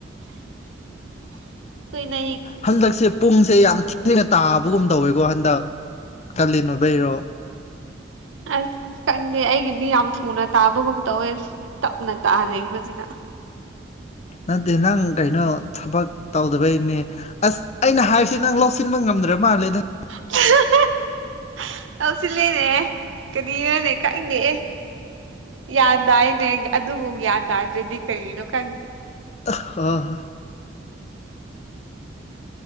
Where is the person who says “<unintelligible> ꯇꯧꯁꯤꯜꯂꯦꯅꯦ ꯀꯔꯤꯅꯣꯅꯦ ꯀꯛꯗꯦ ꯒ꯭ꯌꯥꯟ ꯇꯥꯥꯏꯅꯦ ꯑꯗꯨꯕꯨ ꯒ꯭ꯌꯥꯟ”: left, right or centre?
Right